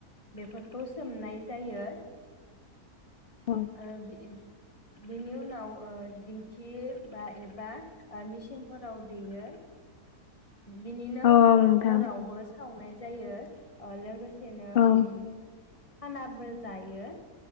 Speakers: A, on the left (about 20°); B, on the left (about 65°).
A: बेफोरखौ सोमनाय जायो।
B: औ
A: ओ <unintelligible> बिनि उनाव ओ दिं खि बा एबा ओ मेसिनफोराव देयो बिनिनो
B: औ
A: ओ
B: नोंथां
A: हरावबो सावनाय जायो अ लोगो <unintelligible> उम
B: औ
A: खानाबो जायो